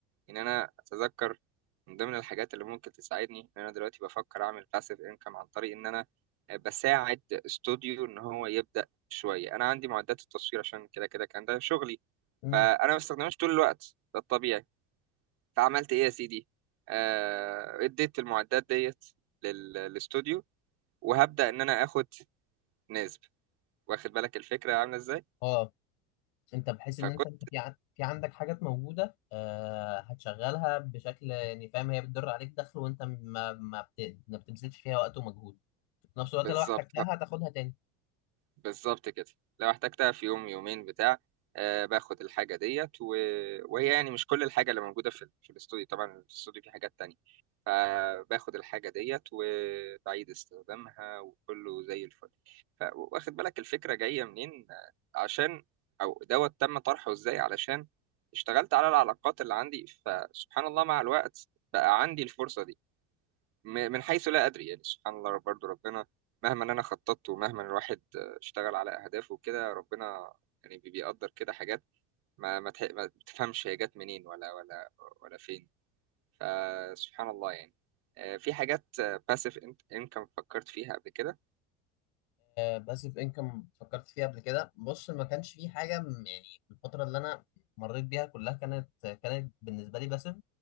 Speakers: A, on the right; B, on the left.
A: إن أنا أتذكر من ضمن الحاجات اللي ممكن تساعدني إن أنا دلوقتي بفكر أعمل باسيف إنكم عن طريق إن أنا بساعد استوديو إن هو يبدأ شوية أنا عندي معدات التصوير عشان كده كده كان ده شغلي
B: امم
A: فأنا ما بستخدمهاش طول الوقت ده الطبيعي فعملت ايه يا سيدي آه، اديت المعدات ديت لل- للاستوديو وهبدأ ان انا اخد نسب واخد بالك الفكرة عاملة ازاي
B: اه انت بحيث
A: فكنت
B: ان انت انت في عن- في عندك حاجات موجوده آه هتشغلها بشكل يعني فاهم هي بتدر عليك دخل وانت ما ما بت- ما بتبذلش فيها وقت ومجهود في نفس الوقت
A: بالظبط
B: لو احتجتها هتاخدها تاني
A: بالظبط كده لو احتجتها في يوم يومين بتاع آه باخد الحاجة ديت و... وهي يعني مش كل الحاجة اللي موجودة في, في الاستوديو طبعا الاستوديو فيه حاجات تانية فباخد الحاجة ديت وبعيد استخدامها وكله زي الفل ف... واخد بالك الفكرة جاية منين آه، عشان أو دوت تم طرحه ازاي علشان اشتغلت على العلاقات اللي عندي فسبحان الله مع الوقت بقى عندي الفرصة دي م- من حيث لا أدري يعني سبحان الله برضو ربنا مهما أنا خططت ومهما الواحد اشتغل على أهدافه وكده ربنا يعني بي- بيقدر كده حاجات ما ما, تح... ما تفهمش هي جت منين ولا ولا ولا فين فسبحان الله يعني آه، في حاجات باسيف انكم فكرت فيها قبل كده
B: باسيف انكم فكرت فيها قبل كده بص ما كانش في حاجه م- يعني الفتره اللي انا مريت بيها كلها كانت كانت بالنسبه لي باسيف